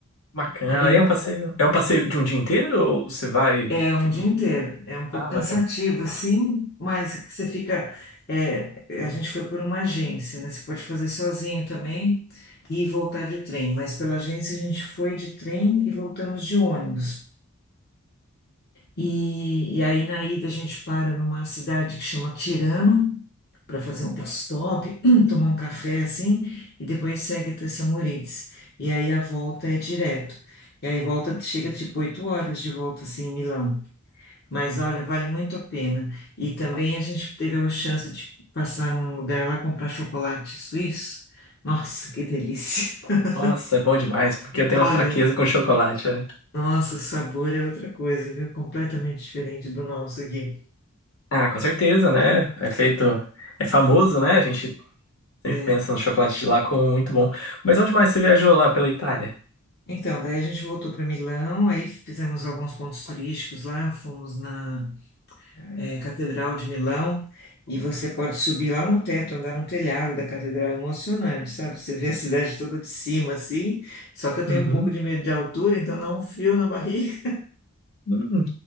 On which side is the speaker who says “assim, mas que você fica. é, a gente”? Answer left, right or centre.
Left